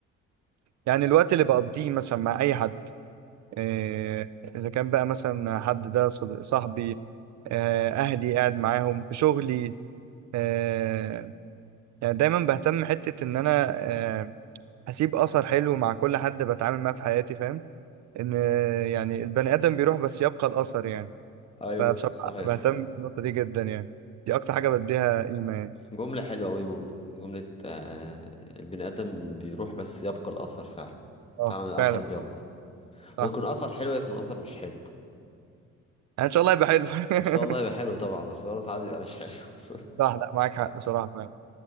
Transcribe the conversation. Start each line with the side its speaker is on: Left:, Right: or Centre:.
Right: يعني الوقت اللي بقضيه مثلا مع اي حد آه، إذا كان بقى مثلا حد ده صد- صاحبي آه، أهلي قاعد معاهم في شغلي آه، يعني دايما بهتم حتة إن أنا آه، أسيب أثر حلو مع كل حد بتعامل معاه في حياتي فاهم إن آه، يعني البني آدم بيروح بس يبقى الأثر يعني
Left: ايوه
Right: فبصراحة
Left: صحيح
Right: بهتم بالنقطة دي جدا يعني دي أكتر حاجة بديها قيمة يعني
Left: جمله حلوه قوي جمله آه. البني ادم بيروح بس يبقى الاثر فعلا
Right: أه
Left: فعلا الاثر
Right: فعلا
Left: بيبقى
Right: صح
Left: ويكون اثر حلو يكون اثر مش حلو
Right: يعني إن شاء الله يبقى حلو <laughs>
Left: ان شاء الله يبقى حلو طبعا بس برضه ساعات بيبقى مش حلو <laughs>
Right: صح لا معاك
Left: عادي.
Right: حق بصراحة فعلا